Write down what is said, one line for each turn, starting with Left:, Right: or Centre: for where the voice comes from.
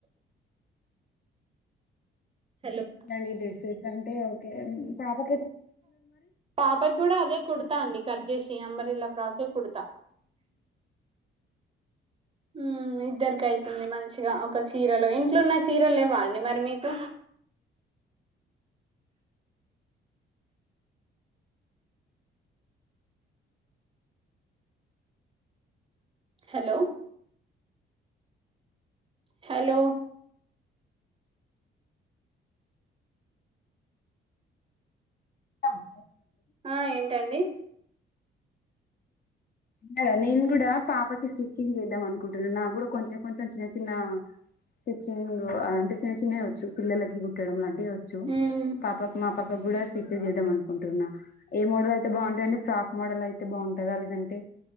Right: హలో
Left: <inaudible> అంటే ఓకే ఉమ్ చాపు
Right: పాపకి కూడా అదే కుడతా అండి కట్ చేసి అంబ్రిలా ఫ్రాక్ ఏ కుడతా ఊ ఇద్దరికై కుంది మంచిగా ఒక చీరలో ఇంట్లున్న చీరలు లెవ్వా అండి మరి మీకు హెలో హలో
Left: టమ్
Right: ఆ ఏంటండి
Left: జర నేన్ కూడా పాపకి స్టిచ్చింగ్ చేద్దాం అనుకుంటున్నాను నాకు కూడా కొంచెం కొంచెం చిన్న చిన్న స్టిచ్చింగ్ అంటే చిన్న చిన్నవి వచ్చు పిల్లలకి కుట్టడం లాంటి వచ్చు
Right: ఉమ్
Left: పాపక్ మా పక్క కూడా స్విచ్ చేద్దాం అనుకుంటున్నా ఏ మోడల్ అయితే బాగుంటుందండి ఫ్రాక్ మోడల్ అయితే బాగుంటందా లేదంటే